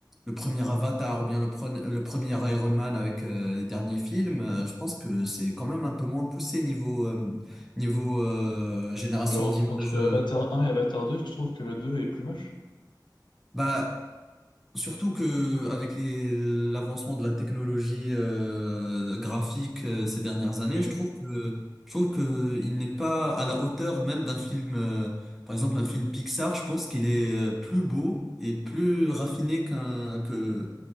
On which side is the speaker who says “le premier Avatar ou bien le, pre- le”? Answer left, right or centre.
Centre